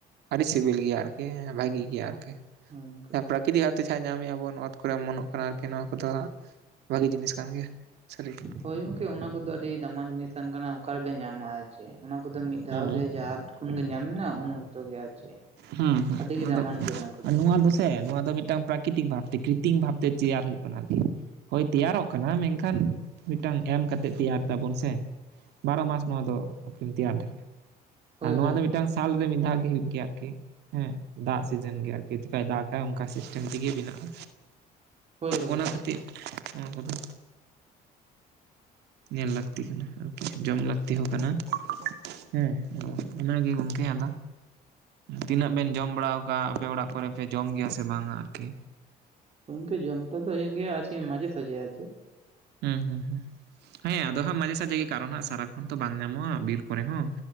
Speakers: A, on the right; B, on the right.
A: ᱟᱹᱰᱤ ᱥᱤᱵᱤᱞ ᱜᱮᱭᱟ ᱟᱨᱠᱤ ᱵᱷᱟᱹᱜᱤ
B: ᱦᱳᱭ
A: ᱜᱮᱭᱟ ᱟᱨᱠᱤ᱾
B: ᱦᱳᱭ ᱜᱚᱝᱠᱮ
A: ᱯᱨᱟᱠᱨᱤᱤᱛᱤᱠ ᱵᱷᱟᱵᱛᱮ ᱡᱟᱦᱟᱸ ᱧᱟᱢᱮᱫᱼᱟᱵ ᱱᱚᱣᱟ ᱠᱚᱨᱮ ᱢᱚᱱᱚᱜ ᱠᱟᱱᱟ ᱟᱨᱠᱤ ᱱᱚᱣᱟ ᱠᱚᱫᱚᱼᱼ ᱵᱷᱟᱜᱮ ᱡᱤᱱᱤᱥ ᱠᱟᱱ ᱜᱮᱭᱟ ᱥᱟᱹᱨᱤ ᱜᱮᱼᱼ
B: ᱦᱳᱭ ᱜᱚᱝᱠᱮ ᱚᱱᱟ ᱠᱚᱫᱚ ᱟᱹᱰᱤ ᱫᱟᱢᱟᱱ ᱡᱤᱱᱤᱥ ᱛᱟᱦᱮ ᱠᱟᱱᱟ ᱚᱠᱟᱨᱮᱯᱮ ᱧᱟᱢᱟ ᱟᱨ ᱪᱮᱫ ᱚᱱᱟ ᱠᱚᱫᱚ ᱢᱤᱫ ᱫᱷᱟᱣ
A: ᱦᱮᱸ
B: ᱜᱮ ᱡᱟᱛᱼᱼ ᱚᱠᱷᱜᱮ ᱧᱟᱢᱱᱟ ᱩᱱ ᱚᱠᱛᱚ ᱜᱮ ᱟᱨ ᱪᱮᱫ᱾
A: ᱦᱮᱸ ᱦᱮᱸ
B: ᱟᱹᱰᱤ ᱜᱮ
A: ᱚᱱᱟ
B: ᱫᱟᱢᱟᱱ
A: ᱫᱚ
B: ᱜᱮᱭᱟ ᱚᱱᱟ ᱠᱚᱫᱚ
A: ᱱᱚᱣᱟ ᱫᱚᱼᱼ ᱦᱮᱸ ᱱᱚᱣᱟ ᱫᱚ ᱢᱤᱫᱴᱟᱝ ᱯᱨᱟᱠᱨᱤᱛᱤᱠ ᱵᱷᱟᱵᱛᱮ ᱠᱨᱤᱛᱤᱠ ᱵᱷᱟᱵᱛᱮ ᱛᱮᱭᱟᱨ ᱦᱩᱭᱩᱜ ᱠᱟᱱᱟ ᱟᱨᱠᱤ᱾ ᱦᱳᱭ ᱛᱮᱭᱟᱨᱚᱜ ᱠᱟᱱᱟ ᱢᱮᱱᱠᱷᱟᱱ ᱢᱤᱫᱴᱟᱝ ᱮᱢ ᱠᱟᱛᱮᱜ ᱛᱮᱭᱟᱨ ᱛᱟᱵᱚᱱ ᱥᱮ᱾ ᱵᱟᱨᱚ ᱢᱟᱥ ᱱᱚᱣᱟ ᱫᱚ ᱟᱨᱠᱤᱢ ᱛᱮᱭᱟᱨ ᱫᱟᱲᱮᱭᱟᱜᱼᱟ
B: ᱦᱳᱭ
A: ᱟᱨ
B: ᱦᱳᱭ
A: ᱱᱚᱣᱟ ᱫᱚ ᱢᱤᱫᱴᱟᱝ ᱥᱟᱞ ᱨᱮ ᱢᱤᱫ ᱫᱷᱟᱣ ᱜᱮ ᱦᱳᱭᱳᱜ ᱜᱮᱭᱟ ᱟᱨᱠᱤ᱾ ᱦᱮᱸ ᱫᱟᱜ ᱥᱤᱡᱮᱱ ᱜᱮ ᱟᱨᱠᱤ ᱪᱤᱠᱟᱭ ᱫᱟᱜᱟᱭ ᱚᱱᱠᱟ ᱥᱤᱥᱴᱮᱢ ᱛᱮᱜᱮ ᱵᱮᱱᱟᱜᱼᱟ᱾
B: ᱦᱳᱭ ᱦᱳᱭ
A: ᱚᱱᱟ ᱠᱷᱟᱹᱛᱤᱨ ᱱᱚᱣᱟ ᱠᱚᱫᱚ᱾ ᱧᱮᱞ ᱞᱟᱹᱠᱛᱤ ᱠᱟᱱᱟ ᱟᱨᱠᱤ ᱡᱚᱢ ᱞᱟᱹᱠᱛᱤ ᱦᱚᱸ ᱠᱟᱱᱟ᱾ ᱦᱮᱸ ᱟᱫᱚ ᱚᱱᱟᱜᱮ ᱜᱚᱢᱠᱮ ᱟᱫᱚ ᱛᱤᱱᱟᱹᱜ ᱵᱮᱱ ᱡᱚᱢ ᱵᱟᱲᱟ ᱟᱠᱟᱫᱼᱟ ᱟᱯᱮ ᱚᱲᱟᱜ ᱠᱚᱨᱮ ᱯᱮ ᱡᱚᱢ ᱜᱮᱭᱟ ᱥᱮ ᱵᱟᱝᱟ ᱟᱨᱠᱤ᱾
B: ᱤᱱᱠᱟᱹ ᱡᱚᱢᱴᱟ ᱫᱚ ᱦᱩᱭᱩᱜᱳ ᱜᱮᱭᱟ ᱟᱨᱮ ᱢᱟᱡᱷᱮ ᱥᱟᱡᱷᱮ ᱟᱨ ᱪᱮ᱾
A: ᱦᱩᱸ ᱦᱩᱸ ᱦᱮᱸ ᱟᱫᱚ ᱦᱟᱸᱜ ᱢᱟᱡᱷᱮ ᱥᱟᱡᱷᱮ ᱜᱮ ᱠᱟᱨᱚᱱ ᱦᱜ ᱥᱟᱨᱟᱠᱷᱚᱱ ᱛᱚ ᱵᱟᱝ ᱧᱟᱢᱚᱜᱼᱟ ᱵᱤᱨ ᱠᱚᱨᱮ ᱦᱚᱸ